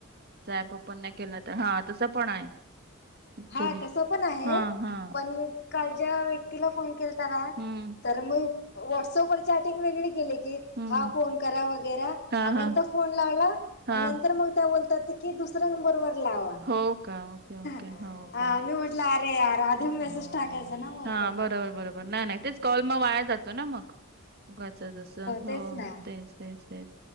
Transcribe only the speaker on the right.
जर ॲप ओपन नाही केलं तर हा तसं पण आहे. ऍक्च्युली
हा हा
हम्म
हम्म
हा
हा
हा
हो का ओके ओके.
हो का
हम्म.
हा बरोबर बरोबर नाही नाही तेच कॉल मग वाया जातो ना मग उगाच तसं
हो
तेच तेच तेच